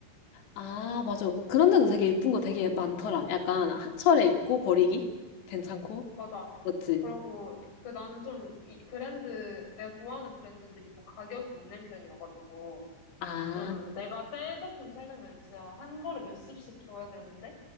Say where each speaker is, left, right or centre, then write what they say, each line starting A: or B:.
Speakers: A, on the left; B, on the left.
A: 아, 맞아. 그런데도 되게 예쁜 거 되게 많더라. 약간 한 철에 입고 버리기? 괜찮고?
B: 맞아.
A: 맞지?
B: 그러고, 그 나는 좀 이 브랜드, 내가 좋아하는 브랜드들이 좀 가격이 있는 편이어가지고,
A: 아,
B: 좀 내가 새 제품 사려면 진짜 한 벌에 몇십씩 줘야 되는데,